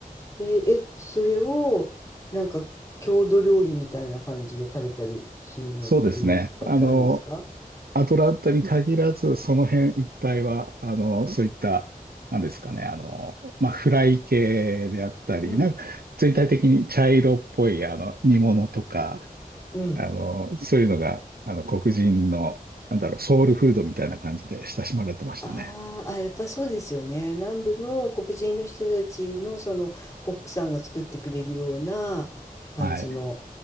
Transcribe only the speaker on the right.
そうですね。あの、アトランタに限らず、その辺一帯は、あの、そういった、なんですかね、あの、まあ、フライ系であったり、
なんか、全体的に茶色っぽい、あの、煮物とか、
あの、そういうのが、あの、黒人の、なんだろう、ソウルフードみたいな感じで親しまれてましたね。
はい。